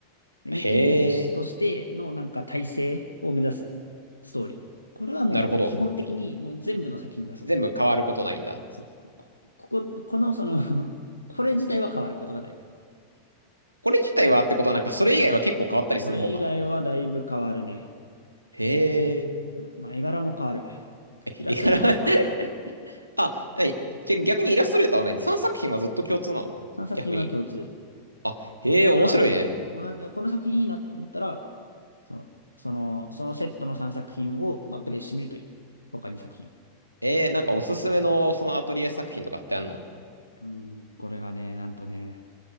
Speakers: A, on the left (about 80°); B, on the right (about 85°).
A: 錬金術師としてのなんか体制を目指すストーリー。
B: へえ、
A: これはもうなんか基本的にもう全部の作品がそう。
B: なるほど。全部変わることないんだ。
A: そう。こ、ここ、このその <laughs> これ自体は変わることがない。
B: これ自体はってことは、なんかそれ以外は結構変わったりするもんなの
A: それ以外はだいぶ変わるね。
B: へえ。
A: うん、まあ絵柄も変わる。
B: え、
A: イラストレーターが変わるから。
B: 絵柄 <laughs> あ、はい。じゃ逆にイラストレーターは何 ?3 作品はずっと共通なの逆に。
A: 3作品は共通。
B: あ、へえ、
A: そうだから、
B: 面白いね。
A: そう、同じ、この作品いいなと思ったら、そう、その、そのセットの3作品を、まあ、プレイしてみるといい。他に作品を。
B: えー、なんかおすすめのそのアトリエ作品とかってあんの
A: うん、これがね、なんとね、